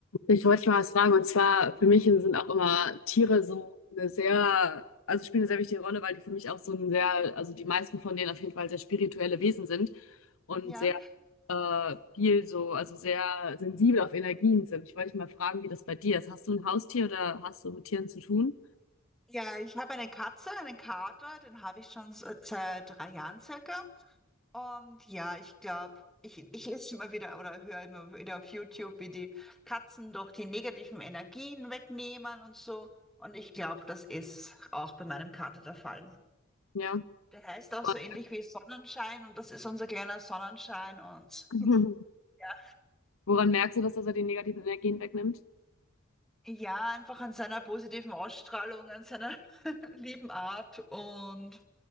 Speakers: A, on the left (about 80°); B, in the centre.
A: Ich wollte dich mal was fragen, und zwar für mich sind auch immer Tiere so eine sehr, also spielen eine sehr wichtige Rolle, weil die für mich auch so ein sehr, also die meisten von denen auf jeden Fall sehr spirituelle Wesen sind und
B: Ja,
A: sehr äh, viel so, also sehr sensibel auf Energien sind. Ich wollte dich mal fragen, wie das bei dir ist. Hast du ein Haustier oder hast du mit Tieren zu tun?
B: ja, ich habe eine Katze, einen Kater, den habe ich schon s- seit drei Jahren circa. Und ja, ich glaube, ich, ich lese immer wieder oder höre immer wieder auf YouTube, wie die Katzen doch die negativen Energien wegnehmen und so. Und ich glaube, das ist auch bei meinem Kater der Fall.
A: Ja.
B: Der heißt auch
A: Und
B: so ähnlich wie Sonnenschein und das ist unser kleiner Sonnenschein und
A: <laughs>
B: ja,
A: woran merkst du, dass er die negativen Energien wegnimmt?
B: ja, einfach an seiner positiven Ausstrahlung, an seiner <laughs> lieben Art und